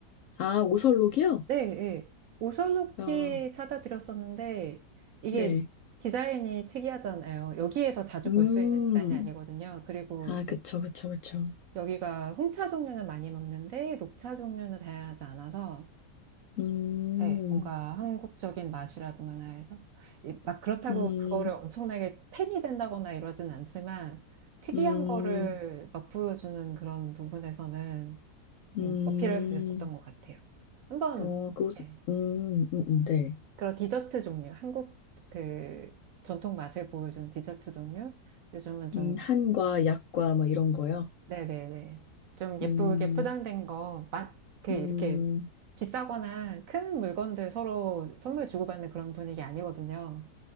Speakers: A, on the left (about 70°); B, on the right (about 70°).
A: 아, 오설록이요?
B: 네, 예. 오셜록티
A: 아,
B: 사다 드렸었는데, 이게
A: 네.
B: 디자인이 특이하잖아요. 여기에서 자주
A: 음,
B: 볼 수 있는 디자인이 아니거든요. 그리고
A: 아,
B: 이제
A: 그쵸, 그쵸, 그쵸.
B: 여기가 홍차 종류는 많이 먹는데, 녹차 종류는 다양하지 않아서,
A: 음,
B: 예, 뭔가 한국적인 맛이라든가 해서, 이- 막 그렇다고
A: 음.
B: 그거를 엄청나게 팬이 된다거나 이러진 않지만, 특이한
A: 음,
B: 거를 막 보여주는 그런 부분에서는
A: 음,
B: 음, 어필할 수 있었던 것 같아요. 한번,
A: 어, 그곳,
B: 예.
A: 음, 음, 음, 네.
B: 그런 디저트 종류, 한국 그 전통 맛을 보여주는 디저트 종류? 요즘은 좀,
A: 음, 한과 약과 뭐 이런 거요.
B: 네네네. 좀 예쁘게
A: 음,
B: 포장된 거, 만, 그 이렇게
A: 음,
B: 비싸거나 큰 물건들 서로 선물 주고받는 그런 분위기 아니거든요.